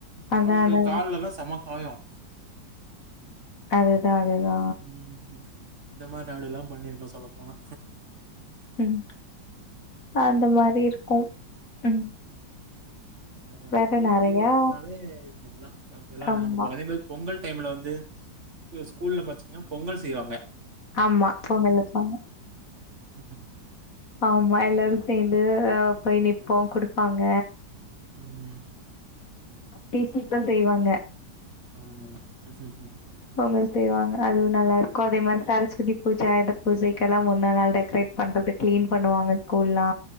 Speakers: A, on the left; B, on the right.
A: அதா
B: அவனுக்கு
A: அதா அதா
B: கால்லல்லா செமக்காயம்
A: அதுதா அதுதா
B: ம் இந்த மாரி ஆள்க எல்லா பண்ணியிருக்கோ சொல்ல போனா
A: ம் அந்த மாரி இருக்கு ம்
B: ஆ
A: வேற
B: ஸ்கூல்
A: நெறையா
B: ரீ ஓபனாலே இதுதா வேறல்லா
A: ஆமா
B: ஞாபகோ வர்றாது அதே மாரி பொங்கல் டைம்ல வந்து ஸ் ஸ்கூல்ல பாத்தீங்கன்னா பொங்கல் செய்வாங்க
A: ஆமா பொங்கல் வெப்பாக
B: ம்ம்
A: ஆமா எல்லாரு சேந்து போய் நிற்போ குடுப்பாங்க
B: ம்.
A: பேசிட்டு தா செய்வாங்க
B: ஆமா. ம்ஹும்.
A: ஆமா செய்வாங்க அதுவு நல்லா இருக்கு அதே மாரி சரஸ்வதி பூஜா இந்த ஆயுத பூஜக்கெல்லா ஒன்ன நாள் டெக்ரேட் பண்றதுக்கு கிளீன் பண்ணுவாங்க ஸ்கூல்லா